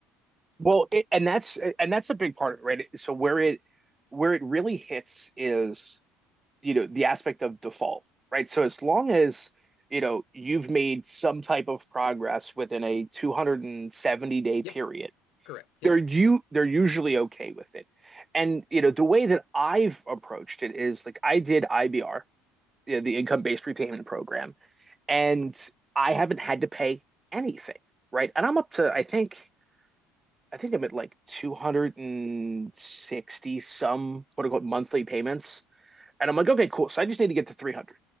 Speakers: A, on the right; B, on the left.
A: Well, it, and that's and that's a big part of it, right? So where it where it really hits is, you know, the aspect of default, right? So as long as, you know, you've made some type of progress within a 270 day
B: Yep,
A: period,
B: correct. Yep.
A: they're you they're usually okay with it. And, you know, the way that I've approached it is like I did IBR, you know, the income-based repayment program, and I haven't had to pay anything, right? And I'm up to, I think I think I'm at like 260 some quote unquote monthly payments. And I'm like, okay, cool. So I just need to get to 300.